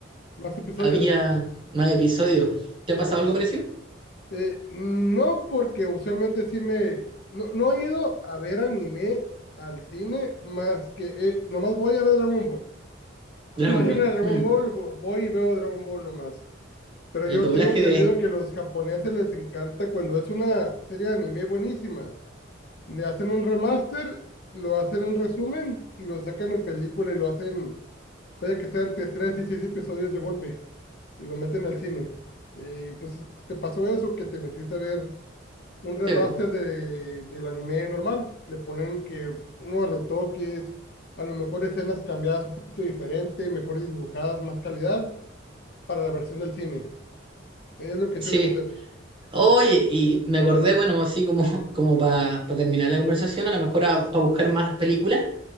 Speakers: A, on the left; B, on the right.
A: Más episodios.
B: había más episodios. ¿Te ha pasado
A: Sí.
B: algo parecido?
A: Eh, no, porque usualmente sí me. No, no he ido a ver anime al cine más que. eh, nomás voy a ver Dragon Ball. <laughs> Cuando
B: Dragon
A: hay
B: Ball.
A: una Dragon
B: mm,
A: Ball, vo- voy y veo Dragon Ball nomás. Pero
B: El
A: yo
B: doblaje
A: tengo entendido
B: de
A: que los japoneses les encanta cuando es una serie de anime buenísima. Le hacen un remaster, lo hacen un resumen y lo sacan en película y lo hacen, vaya que sean entre 3 y 6 episodios de golpe y lo meten al cine. Eh, entonces, ¿te pasó eso que te metiste a ver un remaster
B: Tebo.
A: de, del anime normal? Le ponen que unos retoques, a lo mejor escenas cambiadas un poquito diferente, mejor dibujadas, más calidad para la versión del cine. Es lo que
B: Sí.
A: suelen hacer.
B: Oye, y me acordé, bueno, así como, <laughs> como para terminar la conversación, a lo mejor para buscar más películas.